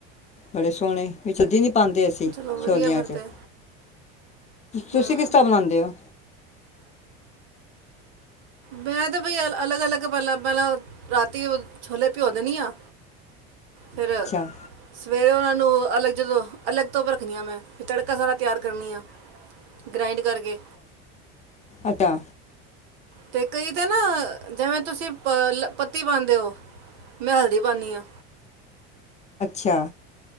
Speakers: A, on the left; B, on the right.
A: ਬੜੇ ਸੋਹਣੇ ਵਿੱਚ ਸਬਜ਼ੀ। ਪਾਉਂਦੇ ਅਸੀਂ।
B: ਚਲੋ ਵਧੀਆ
A: ਛੋਲਿਆਂ
B: ਫਿਰ
A: ਚ,
B: ਤੇ ਹੂੰ
A: ਤੁਸੀਂ ਕਿਸਤਰਾਂ ਬਣਾਉਂਦੇ ਓ।
B: ਮੈ ਤੇ ਬਈ ਅਲੱਗ ਅਲੱਗ ਸਭ ਤੋਂ ਪਹਿਲਾਂ ਪਹਿਲਾ ਰਾਤ। ਤੇ ਓ ਛੋਲ਼ੇ ਪਹਿਓ ਦੇਣੀ ਅ ਫਿਰ।
A: ਅੱਛਾ
B: ਸਵੇਰੇ ਉਹਨਾਂ ਨੂੰ, ਅਲੱਗ ਤੋਂ ਜਦੋ ਅਲੱਗ ਤੋਂ ਰੱਖਣੀ ਮੈ ਤੜਕਾ ਸਾਰਾ ਤਿਆਰ ਕਰਨੀ। ਗ੍ਰਾਇੰਡ ਕਰਕੇ।
A: ਆਟਾ।
B: ਤੇ ਕਈ ਤੇ ਨਾ, ਜਿਵੇਂ ਤੁਸੀਂ ਪੱਤੀ ਪਾਉਂਦੇ ਹੋ। ਮੈਂ ਹਲਦੀ ਪਾਨੀ ਅ।
A: ਚਾ।